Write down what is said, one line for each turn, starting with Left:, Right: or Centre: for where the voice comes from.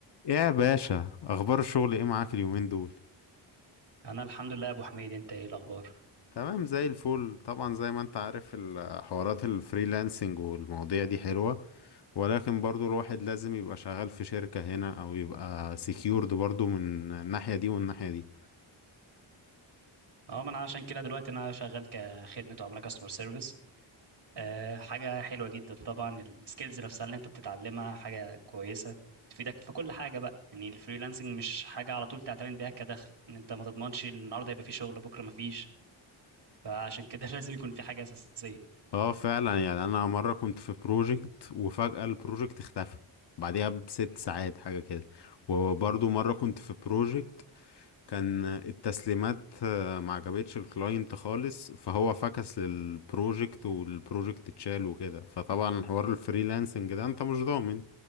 Left: يا باشا اخبار الشغل ايه معاك اليومين دول
Right: انا الحمد لله يا ابو حميد انت ايه الاخبار
Left: تمام زي الفل طبعا زي ما انت عارف ال- حوارات الفريلانسنج والمواضيع دي حلوة ولكن برضو الواحد لازم يبقى شغال في شركة هنا او يبقى سكيورد برضو من الناحية دي والناحية دي
Right: اه ما انا عشان كده دلوقتي انا شغال كخدمه عملاء كاستمر سيرفيس أه حاجه حلوه جدا طبعا السكيلز نفسها اللي انت بتتعلمها حاجه كويسه تفيدك في كل حاجه بقى يعني الفريلانسنج مش حاجه على طول تعتمد بيها كدخل ان انت ما تضمنش النهارده يبقى في شغل بكره ما فيش فعشان كده <laughs> لازم يكون في حاجه اساسيه
Left: اه فعلا يعني انا مرة كنت في بروجكت وفجأة البروجكت اختفى بعديها بست ساعات حاجة كده وبرضو مرة كنت في بروجكت كان التسليمات آه، ما عجبتش الكلاينت خالص فهو فكس للبروجكت والبروجكت اتشال وكده فطبعا حوار الفريلانسنج ده انت مش ضامن